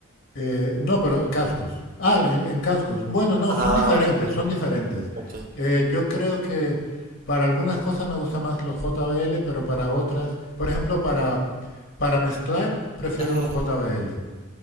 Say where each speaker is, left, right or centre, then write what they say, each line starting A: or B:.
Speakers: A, on the left; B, on the right.
A: Eh, no, pero cascos. Ah, en, en cascos. Bueno, no,
B: Ah,
A: son diferentes,
B: ok,
A: son diferentes.
B: ok.
A: Eh, yo creo que para algunas cosas me gustan más los JBL, pero para otras, por ejemplo, para, para mezclar, prefiero
B: Ujú.
A: los JBL.